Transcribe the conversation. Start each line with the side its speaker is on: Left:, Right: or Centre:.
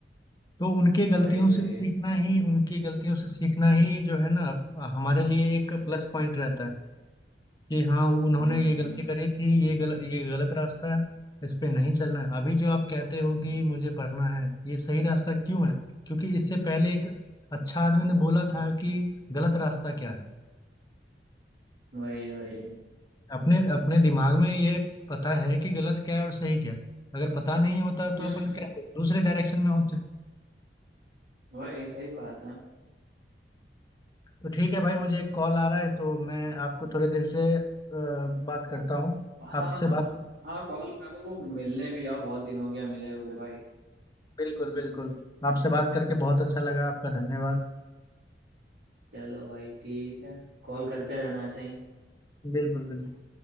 Left: तो उनके गलतियों
Right: वही वही
Left: से सीखना ही उनकी गलतियों से सीखना ही जो है ना हमारे लिए एक प्लस पॉइंट रहता है कि हाँ उन्होंने
Right: हम्म
Left: ये गलती
Right: हम्म
Left: करी थी ये गल, ये गलत रास्ता है इस पे नहीं चलना है अभी जो आप कहते हो कि मुझे पढ़ना है ये सही रास्ता क्यों है क्योंकि इससे पहले एक अच्छा आदमी ने बोला था कि गलत रास्ता क्या है
Right: वही वही
Left: अपने अपने दिमाग में ये पता है कि गलत क्या है और सही क्या है अगर पता नहीं होता तो
Right: हम्म
Left: अपन
Right: हम्म,
Left: कैसे दूसरे डायरेक्शन में होते
Right: वही सही बात है
Left: तो ठीक है भाई मुझे एक कॉल आ रहा है तो मैं आपको थोड़ी देर से अ, बात करता हूँ
Right: हाँ
Left: आपसे
Right: हाँ
Left: बात
Right: हाँ कॉल करो मिलने भी आओ बहुत दिन हो गया मिले हुए भाई
Left: बिल्कुल बिल्कुल आपसे बात करके बहुत अच्छा लगा आपका धन्यवाद
Right: चलो भाई ठीक है कॉल करते रहना ऐसे ही
Left: बिल्कुल बिल्कुल